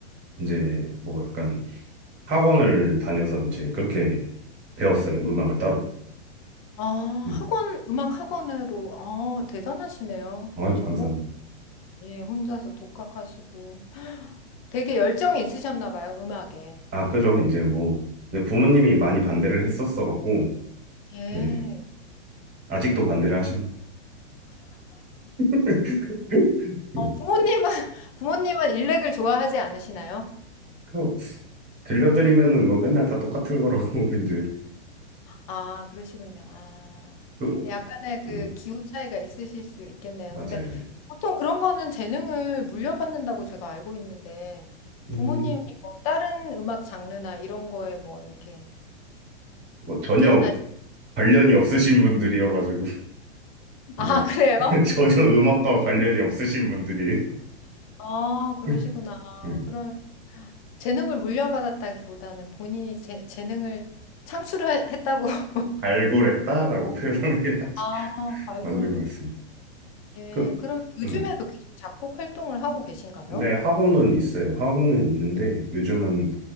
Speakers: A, on the right; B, on the left.
A: 이제 뭐 약간 학원을 다녀서 이제 그렇게 배웠어요. 음악을 따로.
B: 아,
A: 네.
B: 학원, 음악 학원으로, 아, 대단하시네요.
A: 아유,
B: 전공,
A: 감사합니다.
B: 예, 혼자서 독학하시고. 되게 열정이 있으셨나 봐요, 음악에.
A: 아, 그죠. 이제 뭐, 근데 부모님이 많이 반대를 했었어갖고,
B: 예.
A: 네, 아직도
B: 어,
A: 반대를 하십니다. <laughs> 네.
B: 어, 부모님은, <laughs> 부모님은 일렉을 좋아하지 않으시나요?
A: 그, 들려드리면은 뭐 맨날 다 똑같은 거라고, <laughs> 이제.
B: 아, 그러시군요. 아,
A: 그,
B: 약간의 그
A: 네,
B: 기호 차이가 있으실 수 있겠네요.
A: 맞아요.
B: 근데
A: 네.
B: 보통 그런 거는 재능을 물려받는다고 제가 알고 있는데
A: 음,
B: 부모님이 뭐 다른 음악 장르나 이런 거에 뭐 이렇게
A: 뭐 전혀
B: 뛰어나신
A: 관련이 없으신 분들이어가지고, <laughs>
B: 아,
A: 이제 그-
B: 그래요?
A: <laughs> 전혀 음악과 관련이 없으신 분들이
B: 아,
A: <laughs>
B: 그러시구나.
A: 네,
B: 그럼 재능을 물려받았다기보다는 본인이 재, 재능을 창출했다고. <laughs>
A: 발굴했다라고 표현하는 게 맞,
B: 아, 발굴하셨고.
A: 맞는 것 같습니다.
B: 예,
A: 그,
B: 그럼 요즘에도
A: 네.
B: 계속 작곡 활동을 하고 계신가요?
A: 네, 학원은 있어요. 학원은 있는데, 요즘은